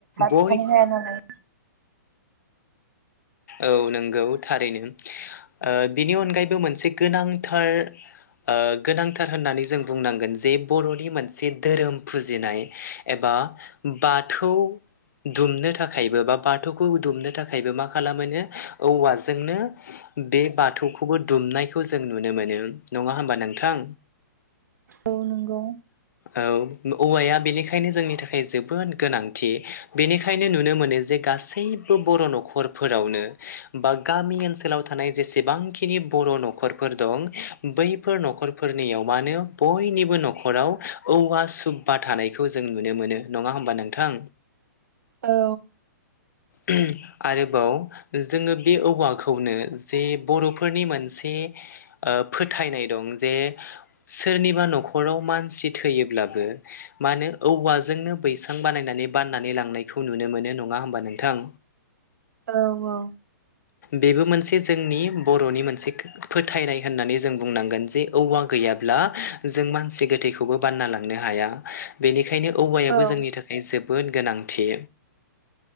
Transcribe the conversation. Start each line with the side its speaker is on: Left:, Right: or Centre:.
Left: बय
Right: <unintelligible> गैया नालाय
Left: औ नंगौ थारैनो ओ बिनि अनगायैबो मोनसे गोनांथार ओ गोनांथार होननानै जों बुंनांगोन जे बर'नि मोनसे धोरोम फुजिनाय एबा बाथौ दुमनो थाखायबो बा बाथौखौ दुमनो थाखायबो मा खालामो नो औवाजोंनो बे बाथौखौबो दुमनायखौ जों नुनो मोनो। नङा होमबा नोंथां?
Right: औ नोंगौ।
Left: औ-औवाया बेनिखायनो जोंनि थाखाय जोबोद गोनांथि बेनिखायनो नुनो मोनो जे गासैबो बर' न'खर फोरावनो बा गामि ओनसोलाव थानाय जेसेबांखिनि बर' न'खरफोर दं बैफोर न'खरफोरनियाव मानो बयनिबो न'खराव औवा सुबबा थानायखौ जों नुनो मोनो नङा होमबा नोंथां?
Right: औ।
Left: ओम आरो बाव‌ जोङो बे औवाखौनो जे बर'फोरनि मोनसे ओ फो थायनाय दं जे सोरनिबा न'खराव मानसि थैयोब्लाबो मानो औवाजोंनो बैसां बानायनानै बाननानै लांनायखौ नुनो मोनो नङा होमबा नोंथां?
Right: औ औ।
Left: बेबो मोनसे जोंनि बर'नि मोनसे फोथायनाय होननानै जों बुंनांगोन जे औवा गैया ब्ला जों मानसि गोथैखौबो बानना लांनो हाया बेनि खायनो औवायाबो
Right: औ
Left: जोंनि थाखाय जोबोद गोनांथि